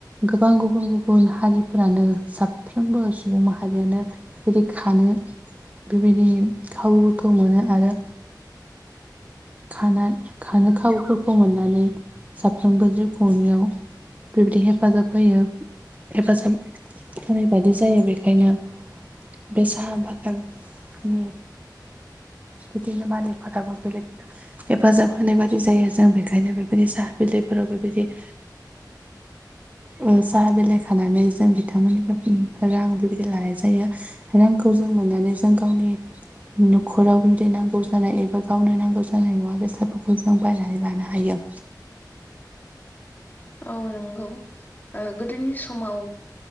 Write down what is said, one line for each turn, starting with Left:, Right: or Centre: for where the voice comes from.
Right: गोबां गुबुन गुबुन हारिफोरानो साफ्रोमबो सुबुं माहारियानो बेदि खानो बेबायदि खाबुफोरखौ मोनो आरो खाना खानो खावुफोरखौ मोननानै साफ्रोमबो जिब खुंनियाव बेबायदि हेफाजाब होयो हेफाजाब होनाय बायदि जायो बेखायनो बे साहा बागाननि बिदिनो मालिक फोराबो बेबायदि हेफाजाब होनाय बायदि जायो जों बेखायनो बेबायदि साहा बिलाइफोराव बेबायदि
Left: <inaudible>
Right: ओ साहा बिलाइ खानानै जों बिथांमोननिफ्राय रां बेबायदि लानाय जायो आरो रांखौ जों मोननानै जों गावनि न'खराव बिबायदि नांगौ जानाय एबा गावनो नांगौ जानाय मुवा बेसादफोरखौ जों बायनानै लानो हायो
Left: औ नंगौ ओ गोदोनि समाव